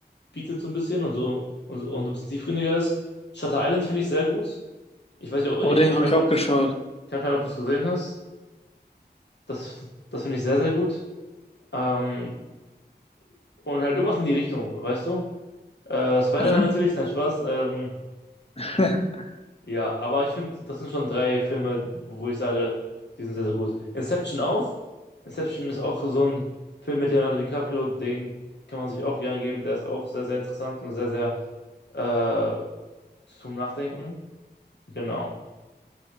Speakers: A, on the left (about 75°); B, on the left (about 35°).
A: bietet, so ein bisschen und so, und, so- und so ein bisschen tiefgründiger ist. Shutter Island finde ich sehr gut. Ich weiß nicht, ob, ich,
B: Oh, den
A: ich
B: habe
A: weiß
B: ich auch
A: nicht, ob
B: geschaut.
A: du es gesehen hast. Das, das finde ich sehr, sehr gut. Ähm, Und halt irgendwas in die Richtung, weißt du? Äh, Spider-Man
B: Mhm.
A: natürlich, nein, Spaß. Ähm,
B: <laughs>
A: ja, aber ich finde, das sind schon drei Filme, wo, wo ich sage, die sind sehr, sehr gut. Inception auch. Inception ist auch so ein Film mit Leonardo DiCaprio, den kann man sich auch gerne geben. Der ist auch sehr, sehr interessant und sehr, sehr äh, zum Nachdenken. Genau.